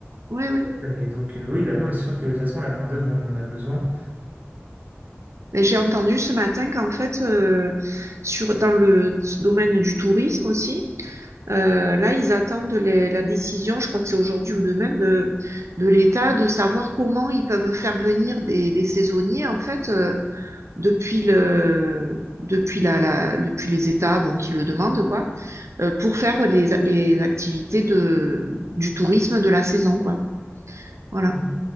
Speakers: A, on the right; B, on the right.
A: ouais, ouais.
B: Euh, Et donc, euh, oui, bah non, mais c'est sûr que de toute façon, la main-d'œuvre, on en a besoin.
A: Mais j'ai entendu ce matin qu'en fait, euh, sur, dans le domaine du tourisme aussi, euh, là, ils attendent les- la décision, je crois que c'est aujourd'hui ou demain, de, de l'État, de savoir comment ils peuvent faire venir des, des saisonniers, en fait, euh, depuis le depuis la, la depuis les États bon qui le demandent quoi euh, pour faire les, les activités de du tourisme de la saison quoi voilà
B: Mm.